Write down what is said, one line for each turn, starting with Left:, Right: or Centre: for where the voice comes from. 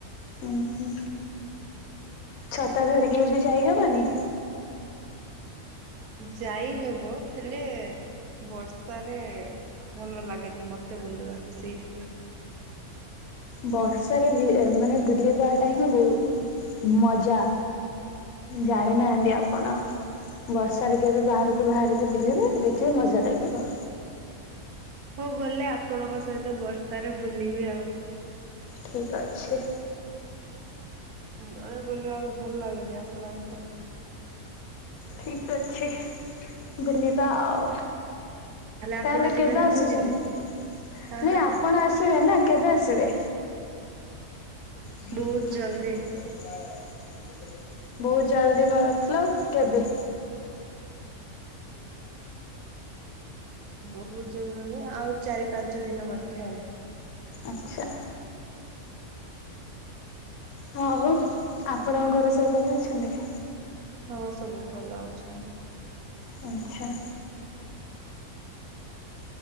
Left: ହୁଁ ହୁଁ ଛତା ଧରିକି ବି ଯାଇହବନି?
Right: ଯାଇ ହେବ ହେଲେ ବର୍ଷାରେ ଭଲ ଲାଗେନି ମତେ ବୁଲିବାକୁ ସେଇଥିପାଇଁ।
Left: ବର୍ଷାରେ ମାନେ ବୁଲିବାଟା ହିଁ ବହୁ ମଜା। ଜାଣିନାହାନ୍ତି ଆପଣ। ବର୍ଷାରେ କେବେ ବାହାରକୁ ବାହାରିକି ବୁଲିବେ ଦେଖିବେ ମଜା ଲାଗିବ।
Right: ହଉ ଗଲେ ଆପଣଙ୍କ ସହିତ ବର୍ଷାରେ ବୁଲିବି ଆଉ।
Left: ଠିକି ଅଛି।
Right: ଜଣେ ବୁଲିବାକୁ ଭଲ ଲାଗୁନି ଆପଣ ଆସନ୍ତୁ।
Left: ଠିକି ଅଛି ବୁଲିବା ଆଉ।
Right: ଆପଣ
Left: ତାହେଲେ
Right: ଯିବେ
Left: କେବେ
Right: ନା
Left: ଆସୁଚନ୍ତି
Right: ମୁଁ ଯିବି ହାଁ
Left: ନାଇଁ
Right: ହାଁ
Left: ଆପଣ ଆସିବେ ନା କେବେ ଆସିବେ? ଜ
Right: ବହୁତ
Left: ଜି <unintelligible>
Right: ଜଲଦି।
Left: ବହୁତୁ ଜଲ୍ଦି ମତଲବ କେବେ?
Right: ବହୁତୁ ଜଲଦି ମ ଆଉ ଚାରି ପାଞ୍ଚ ଦିନ ମଧ୍ୟରେ।
Left: ଆଚ୍ଛା। ହହଉ ଆପଣଙ୍କ ଘରେ ସବୁ ଭଲ ଅଛନ୍ତି?
Right: ହଁ ସବୁ ଭଲ ଅଛନ୍ତି।
Left: ଆଚ୍ଛା
Right: ହୁଁ